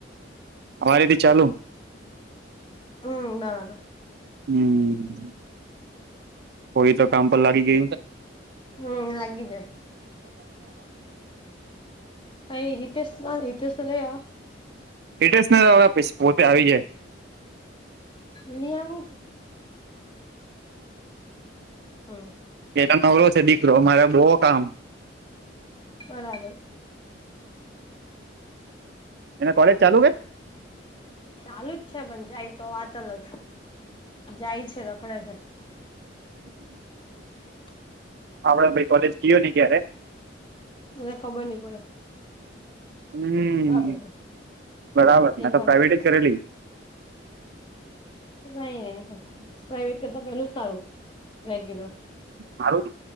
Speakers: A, on the right (about 55°); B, on the left (about 25°).
A: અરેથી ચાલુ.
B: હમ બરાબર.
A: હમ. કોઈ તો કામ પર લાગી ગય
B: હમ લાગી જાય અને હૈતેસ હૈત સ લઈ
A: એડ્રેસ ના પ પોતે આવી જાય.
B: નિ આવુ. હમ
A: એ નવરો છે દીકરો મારે બઉ કામ.
B: બરાબર.
A: એના કોલેજ ચાલુ હે.
B: ચાલુ જ છે પણ જાય તો વાત અલગ જાય છે રખડે છે <inaudible>
A: હમ
B: <unintelligible>
A: આપડે ભાઈ કોલેજ કયો નહી ક્યારે.
B: મને ખબર નઈ પડે.
A: હમ
B: બરાબર ને
A: બરાબર
B: એ
A: તો
B: પણ
A: પ્રાાઈવેટ
B: છે
A: જ કરેલી.
B: નહી નહી પ્રાઈવેટ કરતા પેલું સારું રેગ્યુલર.
A: મારું